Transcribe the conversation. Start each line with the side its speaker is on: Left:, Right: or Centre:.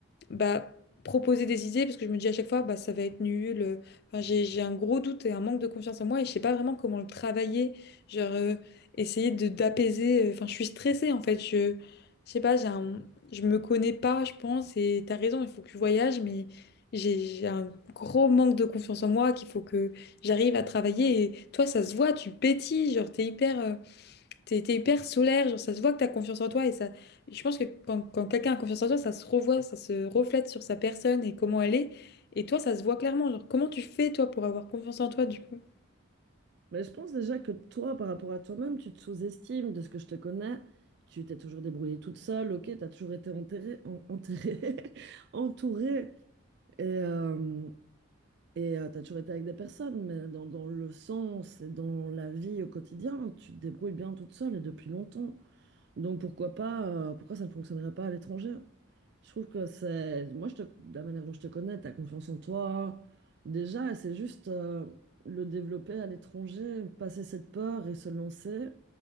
Left: bah, proposer des idées parce que je me dis à chaque fois bah, ça va être nul. euh, Enfin, j'ai, j'ai un gros doute et un manque de confiance en moi et je sais pas vraiment comment le travailler. Genre euh, essayer de d'apaiser. euh, Enfin, je suis stressée en fait. Je, je sais pas, j'ai un- je me connais pas, je pense. Et t'as raison, il faut que je voyage, mais j'ai j'ai un gros manque de confiance en moi qu'il faut que j'arrive à travailler. Et toi, ça se voit, tu pétilles, genre t'es hyper. euh, T'es, t'es hyper solaire, genre ça se voit que t'as confiance en toi et ça. Je pense que quand, quand quelqu'un a confiance en toi, ça se revoit, ça se reflète sur sa personne et comment elle est. Et toi, ça se voit clairement. Genre, comment tu fais toi pour avoir confiance en toi du coup,
Right: Mais je pense déjà que toi, par rapport à toi-même, tu te sous-estimes de ce que je te connais. Tu t'es toujours débrouillée toute seule, ok, t'as toujours été enterrée, en- enterrée, <laughs> entourée, et, euh, et euh, t'as toujours été avec des personnes, mais dans, dans le sens et dans la vie au quotidien, tu te débrouilles bien toute seule et depuis longtemps. Donc pourquoi pas, euh, pourquoi ça ne fonctionnerait pas à l'étranger? Je trouve que c'est, moi, je te, de la manière dont je te connais, t'as confiance en toi. Déjà, et c'est juste euh, le développer à l'étranger, passer cette peur et se lancer.